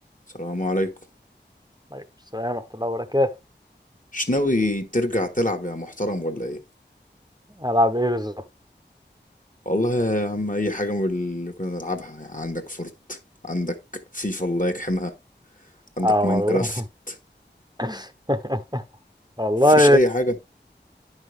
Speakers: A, on the left; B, on the right.
A: السلام عليكم
B: عليكم السلام ورحمة الله وبركاته
A: مش ناوي ترجع تلعب يا محترم ولا ايه
B: ألعب إيه بالظبط؟
A: والله يا عم اي حاجه من اللي كنا نلعبها يعني عندك فورت عندك فيفا الله يجحمها عندك
B: آه
A: ماينكرافت
B: والله <laughs> والله
A: مفيش اي حاجه